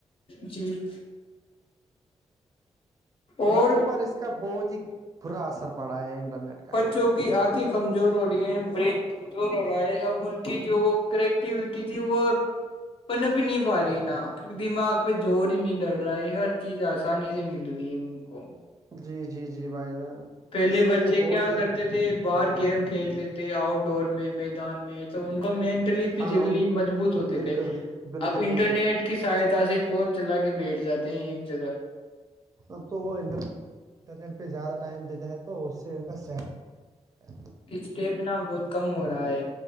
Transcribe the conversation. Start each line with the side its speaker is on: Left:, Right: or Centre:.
Left: جی اور
Right: بچوں پر اس کا بہت ہی برا اثر پڑا ہے انٹرنیٹ کا
Left: جوک آنکھیں کمزور ہو رہی ہیں برین کمزور ہو رہا ہے اب ان کی جو وہ کریٹیوٹی تھی وہ پننا پ نہیں پا رہی ہیں نا دماغ پ زور ہی نہیں ڈل رہا ہے ہر چیز آسانی سے مل رہی ہے ان کو
Right: جی جی جی بھائی جان
Left: پہلے
Right: ایے
Left: بچے
Right: بہت
Left: کیا
Right: ہی
Left: کرتے تھے باہر گیم کھیلتے تھے آؤٹ ڈور میں میدان میں تو ان کا مین لی پ
Right: ہاں
Left: جگلی
Right: ان
Left: مجبوط ہوتے
Right: بالکل
Left: تھے
Right: بالکل
Left: اب انٹرنیٹ
Right: بالکل
Left: کی سہایتا سے فون چلا کے بیٹھ جاتے ہیں ایک جگہ
Right: اب تو وہ انٹر انٹرنیٹ پہ زیادہ ٹائم دیتا ہے تو اس سے ان کا صحت ا
Left: پچٹ بنا بہت کم ہو رہا ہے